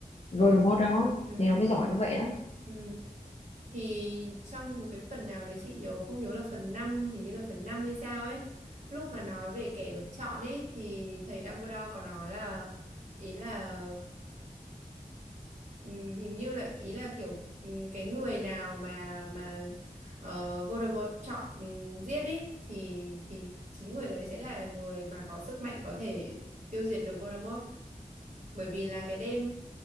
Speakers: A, on the left (about 50°); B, on the right (about 55°).
A: Voldemort đó
B: ừ
A: nên nó mới
B: ừ
A: giỏi như vậy đó
B: ừ thì trong một cái phần nào đấy chị nhớ không nhớ là phần năm hình như là phần 5 hay sao ấy lúc mà nói về kẻ được chọn ấy thì thầy Dumbledore có nói là ý là Ừm, hình như là ý là kiểu ừm, cái người nào mà mà ờ, Voldemort chọn ừm, giết ý thì thì chính người đấy sẽ là người mà có sức mạnh có thể tiêu diệt được Voldemort bởi vì là cái đêm